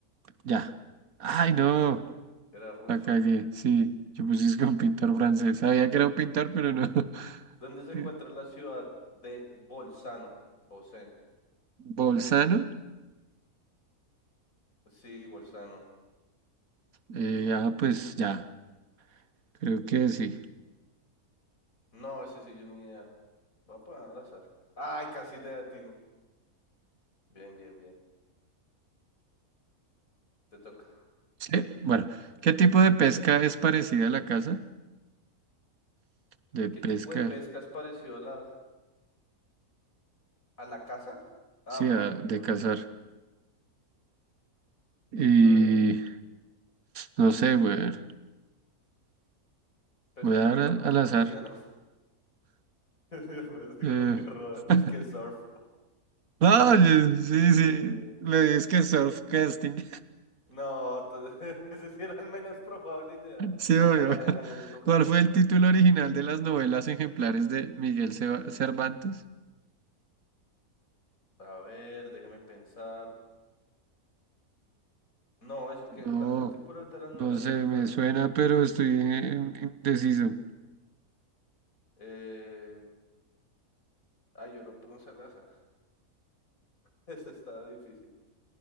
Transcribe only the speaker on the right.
ya. Ay, no.
La cagué, sí. Yo puse que un pintor francés. Sabía que era un pintor, pero no.
<laughs>
Bolzano.
eh, ah, pues ya. Creo que sí.
Sí. Bueno, ¿qué tipo de pesca es parecida a la caza? De
pesca,
sí,
a- de
cazar. Y
no sé, güey.
Voy a dar
a- al
azar.
Eh,
<laughs>
Ah, oye, sí,
sí.
Le dices que surf casting. <laughs>
Sí, obvio.
<laughs>
¿Cuál fue el título original de las novelas ejemplares de Miguel Ceba- Cervantes?
No,
no sé,
me suena, pero estoy en- indeciso.